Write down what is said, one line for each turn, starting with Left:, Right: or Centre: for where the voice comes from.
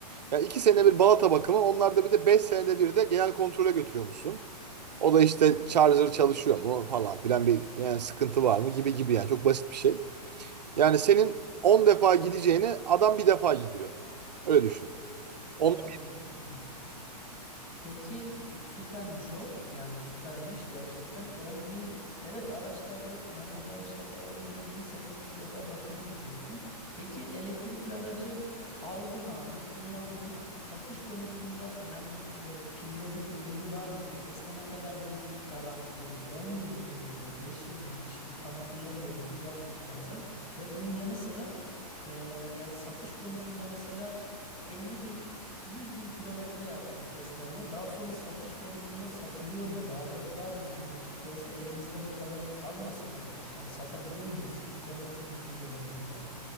Right: Ya iki senede bir balata bakımı, onlarda bir de beş senede bir de genel kontrole götürüyormuşsun. O da işte charger çalışıyor mu falan filan bir yani sıkıntı var mı gibi gibi yani çok basit bir şey. Yani senin 10 defa gideceğini adam bir defa gidiyor. Öyle düşün.
Left: Anladım,
Right: On...
Left: anladım Peki e, süpermiş o. Yani süpermiş gerçekten 10 bin. Evet araçlarda normal araçlarda 10 bin 10 bin senede iki defa bakıma gidiyorsun. Peki elektrikli aracı aldın abi kullandın. Satış konusunda yani bu e, pillerin ömrü var mı? Tesla ne kadar bir garanti veriyor? 10 yıl mı veriyordu? 5 yıl mı? Bir şey, tam hatırlamıyorum. Düzelt lütfen sen. Ve bunun yanı sıra e, yani satış konusunda mesela elli bin 100 bin kilometre yaptın Tesla'yla. Daha sonra satış konusunda satılıyor mu? Rağbet var mı? Hani sonuçta elimizde de kala- kalmasın araç. Yani satabilir miyiz? Bu konudaki düşüncelerin neler?